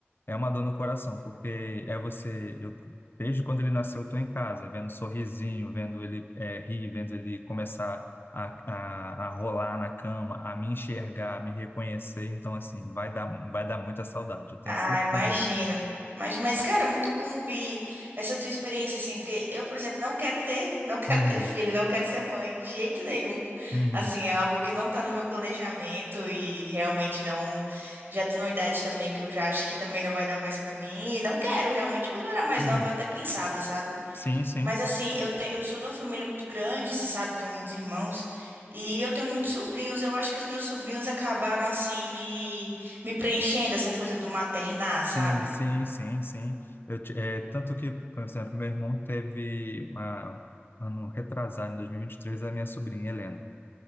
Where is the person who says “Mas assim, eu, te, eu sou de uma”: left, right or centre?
Right